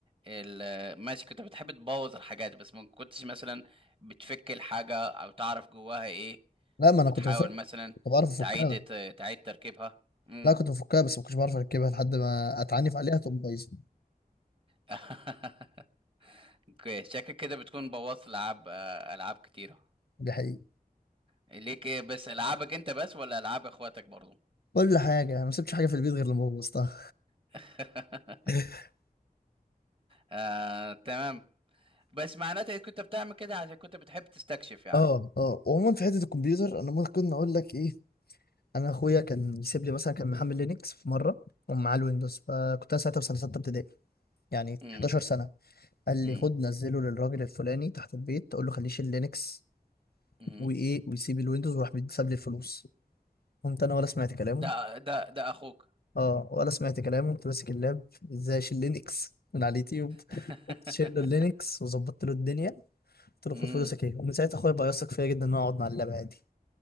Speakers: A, on the right; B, on the left.
A: ال... ماشي كنت بتحب تبوظ الحاجات بس ما كنتش مثلا بتفك الحاجة او تعرف جواها ايه
B: لا ما
A: وتحاول
B: انا كنت بفكر
A: مثلا
B: كنت بعرف افكها
A: تعيد تعيد تركيبها امم
B: لا كنت بفكها بس ما كنتش بعرف اركبها لحد ما اتعنف عليها تقوم بايظه
A: <laughs> اوكي شكلك كده بتكون بوظت العاب آه، العاب كتيرة
B: دي حقيقة
A: ليك إيه بس العابك انت بس ولا العاب اخواتك برضو
B: كل حاجه يعني ما سبتش حاجه في البيت غير لما بوظتها
A: <laughs>
B: <laughs>
A: آه، تمام بس معناته إنك كنت بتعمل كده عشان كنت بتحب تستكشف يعني
B: اه اه وعموما في حته الكمبيوتر انا ممكن اقول لك ايه انا اخويا كان يسيب لي مثلا كان محمل لينكس في مره ومعاه الويندوز فكنت انا ساعتها في سنه سته ابتدائي يعني
A: امم
B: 11 سنه قال
A: امم
B: لي خد نزله للراجل الفلاني تحت البيت تقول له خليه يشيل لينكس
A: امم
B: وايه ويسيب الويندوز وراح بيتساب لي الفلوس قمت انا ولا سمعت كلامه
A: ده ده ده اخوك
B: اه ولا سمعت كلامه قمت ماسك اللاب ازاي اشيل لينكس من على اليوتيوب
A: <laughs>
B: قمت شايل له اللينكس وظبطت له الدنيا قلت له
A: امم
B: خد فلوسك ايه ومن ساعتها اخويا بقى يثق فيا جدا ان انا اقعد مع اللاب عادي